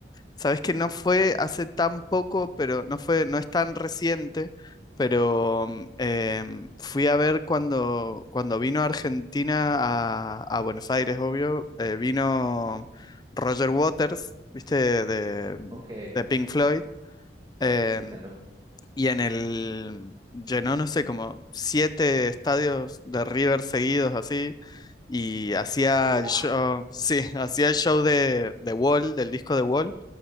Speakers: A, on the left (about 20°); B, on the right (about 20°).
A: Sabes que no fue hace tan poco, pero no fue, no es tan reciente, pero mm, em, fui a ver cuando, cuando vino a Argentina, a, a Buenos Aires, obvio, eh, vino Roger Waters, ¿viste? De,
B: O que,
A: de Pink Floyd, em,
B: sí, claro.
A: y en el, llenó, no sé, como siete estadios de River seguidos así. Y hacía
B: ¡Guau!
A: el show, sí, <laughs> hacía el show de, de Wall, del disco de Wall